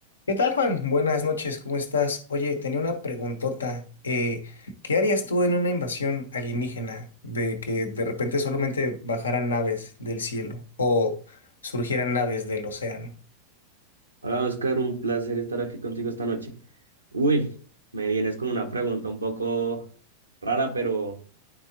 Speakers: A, on the left; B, on the right.
A: ¿Qué tal, Juan? Buenas noches, ¿cómo estás? Oye, tenía una preguntota. Eh, ¿qué harías tú en una invasión alienígena de que de repente solamente bajaran naves del cielo o surgieran naves del océano?
B: Hola Oscar, un placer estar aquí contigo esta noche. Uy, me vienes con una pregunta un poco rara, pero